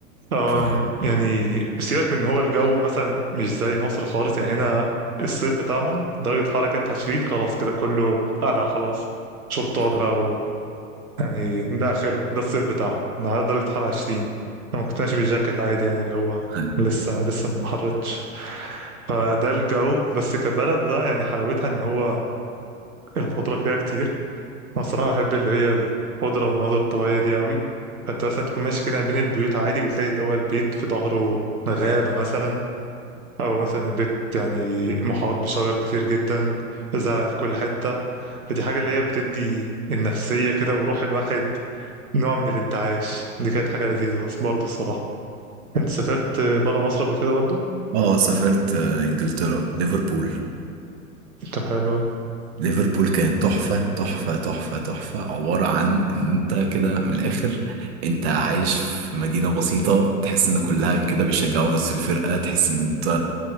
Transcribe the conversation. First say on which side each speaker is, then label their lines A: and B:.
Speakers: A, on the right; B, on the right.
A: أم
B: فاهم
A: يعني سيبك من إن هو الجو مثلا مش زي مصر خالص يعني هنا الصيف بتاعهم درجة حرارة كانت 20 خلاص كده كله قلع خلاص شورتات
B: فاهم.
A: بقى و... يعني ده آخره ده الصيف بتاعهم إنها درجة حرارة 20 أنا كنت ماشي بالجاكيت عادي يعني اللي هو
B: أيوة.
A: لسه لسه ما حرتش فده الجو بس كبلد بقى يعني حلاوتها إن هو الخضرة فيها كتير انا الصراحه بحب اللي هي الخضره والمناظر الطبيعيه دي قوي فانت مثلا تكون ماشي كده ما بين البيوت عادي وتلاقي اللي هو البيت في ظهره غابه مثلا او مثلا البيت يعني محاط بشجر كتير جدا زرع في كل حته فدي حاجه اللي هي بتدي النفسيه كده وروح الواحد نوع من الانتعاش دي كانت حاجه لذيذه برضه الصراحه انت سافرت بره مصر قبل كده برضه
B: اه سافرت آه، انجلترا ليفربول
A: طب حلو أوي.
B: ليفربول كانت تحفة تحفة تحفة تحفة عبارة عن إن أنت كده من الآخر أنت عايش في مدينة بسيطة تحس إن كلها كده بيشجعوا نفس الفرقة تحس إن أنت